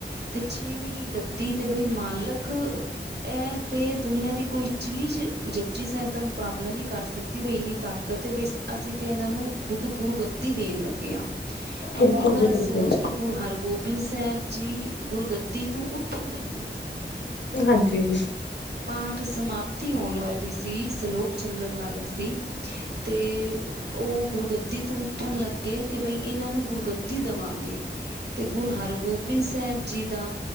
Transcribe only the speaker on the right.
ਤੇ ਛੇਵੀਂ ਗੱਦੀ ਦੇ ਬਈ ਮਾਲਕ ਐ ਤੇ ਦੁਨੀਆਂ ਦੀ ਕੋਈ ਚੀਜ਼ ਜਪਜੀ ਸੇਬ ਦਾ ਮੁਕਾਬਲਾ ਨੀ ਕਰ ਸਕ ਦੀ ਬਈ ਇੰਨੀ ਤਾਕਤ ਏ ਬਈ ਅਸੀਂ ਤੇ ਇਹਨਾਂ ਨੂੰ ਖੁੱਦ ਗੁਰੂਗੱਦੀ ਦੇਨ ਲੱਗੇ ਆ
ਐਨੀ ਗੱਲ
ਸੋਚ ਕੇ ਗੁਰ ਹਰਗੋਬਿੰਦ ਸੇਬ ਜੀ ਗੁਰਗੱਦੀ ਤੋਂ ਉੱਠਣ ਲੱਗੇ। <inaudible>
ਪਾਠ ਸਮਾਪਤੀ ਹੋਨ ਵਾਲੀ ਸੀ, ਸਲੋਕ ਚੱਲਨ ਵਾਲਾ ਸੀ ਤੇ ਔ ਗੁਰਗੱਦੀ ਤੋਂ ਉੱਠਣ ਲੱਗੇ ਕੇ ਬਈ ਇਨਾਂ ਨੂੰ ਗੁਰਗੱਦੀ ਦਵਾਂਗੇ, ਤੇ ਗੁਰ ਹਰਗੋਬਿੰਦ ਸੇਬ ਜੀ ਦਾ